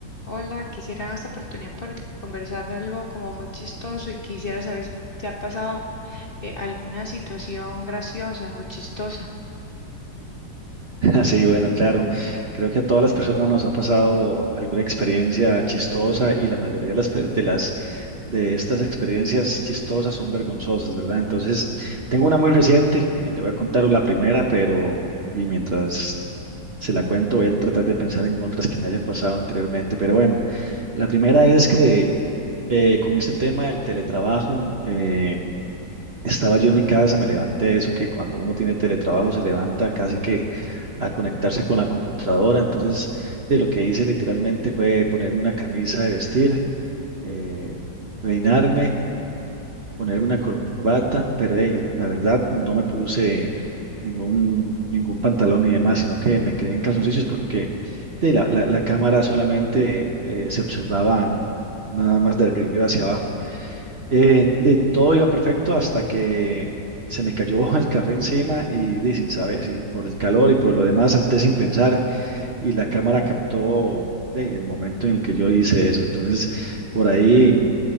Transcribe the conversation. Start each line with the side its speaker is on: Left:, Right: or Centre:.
Left: Hola, quisiera en esta oportunidad por conversar algo como muy chistoso y quisiera saber si te ha pasado eh, alguna situación graciosa o chistosa.
Right: <laughs> Sí, bueno, claro. Creo que a todas las personas nos ha pasado alguna experiencia chistosa y la mayoría de las, pe- de las de estas experiencias chistosas son vergonzosas, ¿verdad? Entonces, tengo una muy reciente, eh, le voy a contar la primera, pero y mientras se la cuento voy a tratar de pensar en otras que me hayan pasado anteriormente. Pero bueno, la primera es que eh, con este tema del teletrabajo, eh, estaba yo en mi casa, me levanté, eso que cuando uno tiene teletrabajo se levanta casi que a conectarse con la computadora. Entonces, de lo que hice literalmente fue ponerme una camisa de vestir, eh, peinarme, ponerme una corbata, pero eh, la verdad no me puse ningún, ningún pantalón ni demás, sino que me quedé en calzoncillos porque de la, la- la cámara solamente eh, se observaba nada más de arriba hacia abajo. Eh, de todo iba perfecto hasta que se me cayó <laughs> el café encima y, di, sin saber, si por el calor y por lo demás salté sin pensar y la cámara captó de, el momento en el que yo hice eso. Entonces, por ahí